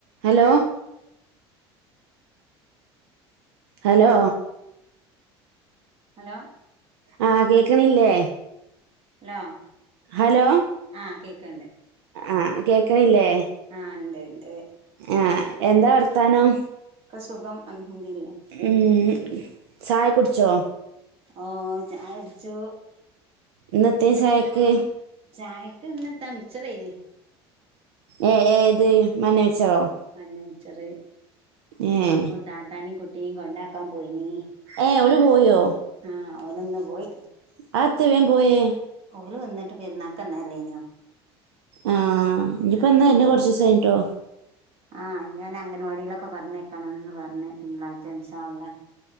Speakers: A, on the right (about 80°); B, on the right (about 45°).
A: Hello hello
B: hello
A: ആഹ് കേക്ക്ണില്ലേ?
B: Hello
A: hello
B: ആഹ് കേക്ക്ണ്ട്
A: ആഹ് കേക്ക്ണില്ലേ?
B: ആഹ് ഇണ്ട് ഇണ്ട്
A: ആഹ് എന്താ വർത്താനം?
B: ക്കെ സുഖം <unintelligible>
A: ഉം ചായ കുട്ച്ചോ?
B: ഓഹ് ചായ കുട്ച്ചു
A: ഇന്ന് എത്തെനി ചായക്ക്?
B: ചായക്ക് ഇന്നെത്താ മിച്ചറേനി
A: ഏഹ് ഏത് മഞ്ഞ മിച്ചറോ?
B: മഞ്ഞ മിച്ചറ്
A: ഏ
B: അപ്പ താത്താനിം കുട്ടിനിം കൊണ്ടാക്കാം പോയിനീ
A: ഏഹ് ഓല് പോയോ?
B: ആഹ് ഓല്ന്ന് പോയി
A: <unintelligible> ത്തെ വേം പോയേ?
B: ഓല് വന്നിട്ട് പെരുന്നാൾക്കന്ന അല്ലേ ഇനോ
A: ആഹ് ഇനിയിപ്പോ
B: അപ്പൊ
A: എന്ന വന്ന കുറച്ച് ദിവസം കഴിഞ്ഞിട്ടോ
B: ആഹ് ഇങ്ങനെ അംഗൻവാടിയിലൊക്കെ പറഞ്ഞേക്കണംന്ന് പറഞ്ഞ് തിങ്കളാഴ്ച ഇൻഷാല്ല